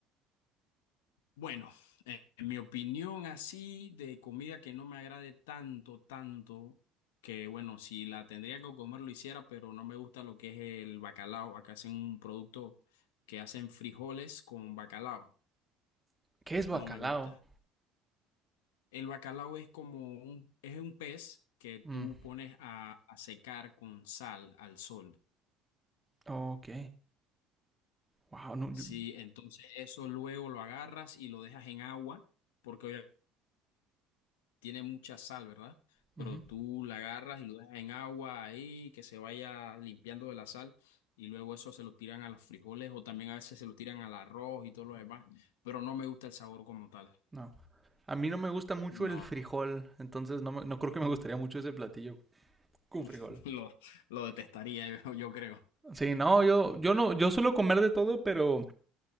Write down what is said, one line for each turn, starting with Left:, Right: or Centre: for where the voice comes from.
Left: Bueno, eh, en mi opinión así de comida que no me agrade tanto, tanto, que bueno, si la tendría que comer lo hiciera, pero no me gusta lo que es el bacalao. Acá hacen un producto que hacen frijoles con bacalao.
Right: ¿Qué es bacalao?
Left: No me gusta. El bacalao es como un, es un pez que tú
Right: Mm,
Left: pones a, a secar con sal al sol.
Right: ok. Wow, no, yo-
Left: Sí, entonces eso luego lo agarras y lo dejas en agua, porque obviamente tiene mucha sal, ¿verdad?
Right: ujú,
Left: Pero tú la agarras y lo dejas en agua ahí, que se vaya limpiando de la sal, y luego eso se lo tiran a los frijoles o también a veces se lo tiran al arroz y todo lo demás, pero no me gusta el sabor como tal.
Right: no. A mí no me gusta mucho
Left: No,
Right: el frijol, entonces no, me- no creo que me gustaría mucho ese platillo con frijol.
Left: <laughs> lo, lo detestaría, yo, yo creo.
Right: Sí, no, yo, yo no, yo suelo comer de todo, pero